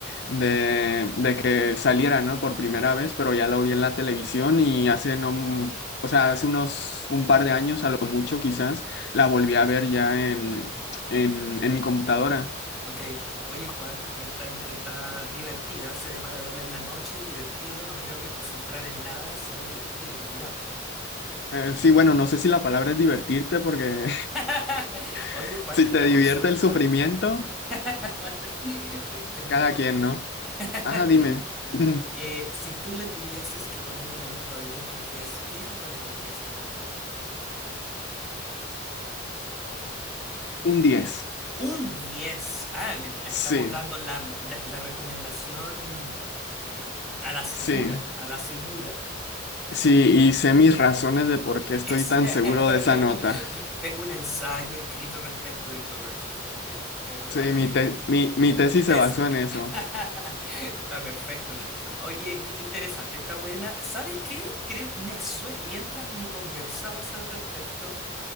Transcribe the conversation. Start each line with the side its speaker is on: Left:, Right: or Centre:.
Left: de, de que saliera, ¿no? Por primera vez, pero ya lo vi en la televisión y hace no, mm, o sea, hace unos un par de años a lo mucho quizás la volví a ver ya en, en, en mi computadora.
Centre: Ok, oye Juan, esta inter, está divertida, se ve para verla en la noche, divertido, no me tengo que concentrar en nada, solo divertirme mirándola.
Left: Eh, sí, bueno, no sé si la palabra es divertirte porque
Centre: <laughs> Oye
Left: <laughs>
Centre: Juan,
Left: si
Centre: tengo
Left: te
Centre: una
Left: divierte
Centre: consulta.
Left: el sufrimiento,
Centre: <laughs> Tengo
Left: cada
Centre: una consulta.
Left: quien, ¿no?
Centre: <laughs>
Left: Ajá, dime. <laughs>
Centre: si tú le tuvieses que poner una nota del uno al 10, ¿qué nota le pondrías a Cloverfield?
Left: Un diez
Centre: Un 10. Ah, me está- estamos
Left: Sí,
Centre: dando la, la la recomendación a la segura,
Left: sí.
Centre: a la segura.
Left: Sí, y sé mis razones de por qué estoy
Centre: Es-
Left: tan
Centre: <laughs>
Left: seguro de esa nota.
Centre: Tengo un ensayo escrito respecto de Cloverfield. eh, te lo puedo compartir.
Left: Sí, mi, te- mi, mi tesis
Centre: Mi tesis.
Left: se basó en eso.
Centre: <laughs> Está perfecto. Oye, qué interesante, está buena. ¿Sabes qué? Creo, me sue- mientras me conversabas al respecto,